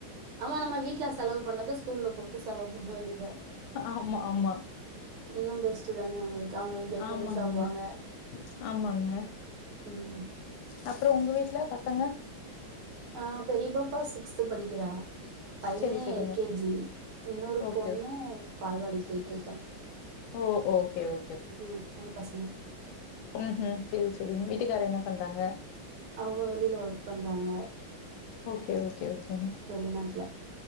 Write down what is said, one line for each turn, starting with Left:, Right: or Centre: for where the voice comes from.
Right: ஆமா நம்ம வீட்ல செலவு பண்ணத ஸ்கூல்ல குடுத்து செலவு பண்ண வேண்டிய துதா
Left: ஆமா ஆமா
Right: இன்னு பெஸ்ட் தான நம்மளுக்கு அவங்க என்ஜாய்
Left: ஆமாங்க
Right: பண்ணி சாப்டுவாங்க
Left: ஆமாங்க
Right: ம்
Left: அப்றோ உங்க வீட்ல பசங்க
Right: ஆ பெரிய பாப்பா சிக்ஸ்த்து படிக்கிறா பைய
Left: செரி செரிங்க
Right: எல் கே ஜி இன்னொரு
Left: ஓகே
Right: பொண்ணு பால்வாடி போயிட்ருக்காங்க.
Left: ஓ ஓகே ஓ
Right: ம் மூணு பசங்க
Left: ம் ஹும் சேரி சேரிங்க வீட் டுக்கார்ரு என்ன பண்றாங்க?
Right: அவுங்க வெளில ஒர்க் பண்றாங்க.
Left: கே ஓகே ஓகே என்ன
Right: வெளிநாட்டுல